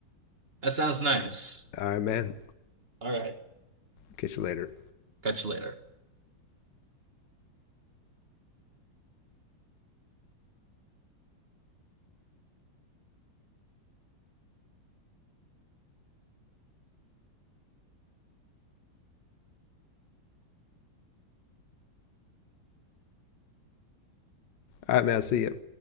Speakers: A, on the right (about 30°); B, on the left (about 65°).
A: That sounds nice.
B: All right, man.
A: All right.
B: Catch you later.
A: Catch you later.
B: All right, man. I'll see you.